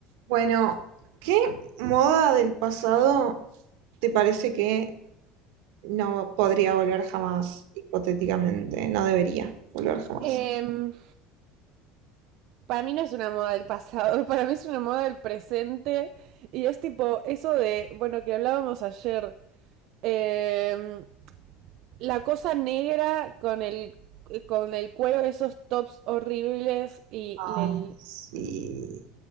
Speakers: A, on the right; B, on the right.
A: Bueno, ¿qué moda del pasado te parece que no podría volver jamás, hipotéticamente? No debería volver jamás.
B: Em, para mí no es una moda del pasado, <laughs> para mí es una moda del presente. Y es tipo eso de, bueno, que hablábamos ayer. em, la cosa negra con el, con el cuero, de esos tops horribles y el...
A: Ay, sí.